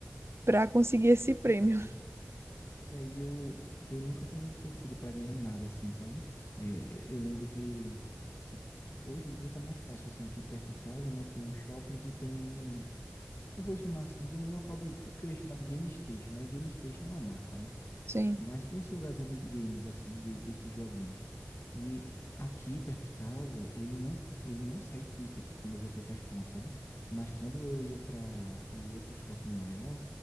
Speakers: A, on the right; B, on the left.
A: para conseguir esse prêmio.
B: É claro. E aí eu, eu nunca fui muito sortudo para ganhar nada, assim, sabe? É, eu lembro que, que hoje em dia tá mais fácil, assim, aqui perto de casa, né? Tem um shopping que tem um. Eu vou chamar assim de um local de. É porque eu ia chamar de Game Station, mas Game Station é uma marca, né?
A: Sim.
B: Mas tem esse lugarzinho de games, assim, né? de- desses joguinhos. E e aqui, perto de casa, ele não, ele não sai ticket quando você faz ponto, sabe? Mas quando eu ia para o outro shopping maior,